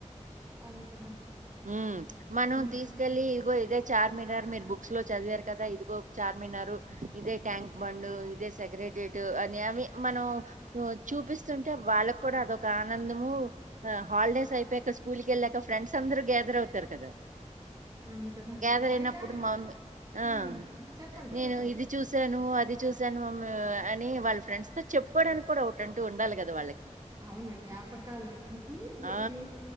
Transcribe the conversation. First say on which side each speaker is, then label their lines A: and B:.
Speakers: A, on the right; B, on the right.
A: అవును కదా
B: హ్మ్ మనం
A: ఉమ్
B: తీసుకెళ్లీ ఇదిగో ఇదే చార్ మినార్ మీరు బుక్స్‌లో చదివారు కదా ఇదిగో. చార్మినారు, ఇదే ట్యాంక్ బండూ, ఇదే సెక్రేటియేటూ అని అవి మనం వచ్చ్ చూపిస్తుంటే వాళ్ళక్కూడా అదొక ఆనందమూ ఆ హాలిడేస్ అయిపోయాక స్కూల్‌కి ఎళ్ళాక ఫ్రెండ్స్ అంద రు గ్యాదర్ అవుతారు కదా
A: అవును కదా
B: గ్యాదర్
A: పైగా
B: అయినప్పుడు మమ్మీ ఆ
A: ఉమ్ చెప్పండి
B: నేనూ
A: చెప్పండి
B: ఇది చూశానూ అది చూశా ను అనీ వాళ్ళ ఫ్రెండ్స్ తో చెప్పుకోడానికి కూడా ఒకటంటూ ఉండాలి గదా వాళ్ళక్
A: అవును జ్ఞాపకాల్ని <unintelligible>
B: ఆ!